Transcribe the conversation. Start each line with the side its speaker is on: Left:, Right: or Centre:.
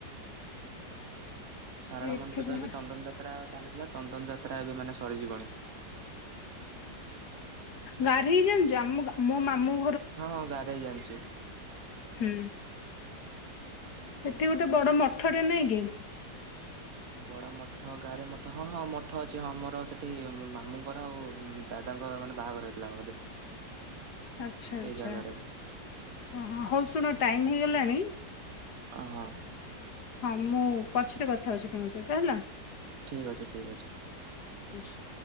Right: ଶାରଳା
Left: ଏଥିପାଇଁ
Right: ମନ୍ଦିର ତ ଏବେ ଚନ୍ଦନ ଯାତ୍ରା ଚାଲି ଲା ଚନ୍ଦନ ଜାତ ଯାତ୍ରା ଏବେ ମାନେ ସରିଯିବନି
Left: ଗାରେ ହେଇ ଜାଣିଛ ମୋ ମାମୁ
Right: ହଁ ହଁ ଗାଁରେ ହି ଜାଣିଛି
Left: ହୁଁ ସେଠି ଗୋଟେ ବଡ ମଠଟା ନାଇଁ କି
Right: ବଡ ମଠ ଗାଁରେ ମଠ ହଁ ହଁ ମଠ ଅଛି ହଁ ମୋର ସେଠି ମାମୁଙ୍କର ଆଉ ଦାଦାଙ୍କର ମାନେ ବାହାଘର ହେଇଥିଲାଉ ବୋଧେ
Left: ଆଛା
Right: ସେଇ
Left: ଆଛା
Right: ଜାଗାରେ
Left: ହଁ ହଁ ହଉ ଶୁଣ ଟାଇମ ହେଇଗଲାଣି
Right: ଓହୋ
Left: ହଁ ମୁଁ ପଛରେ କଥା ହଉଛି ତମ ସହିତ ହେଲା
Right: ଠିକ ଅଛ ଠିକ ଅଛ
Left: ଠିକ୍ ଅଛି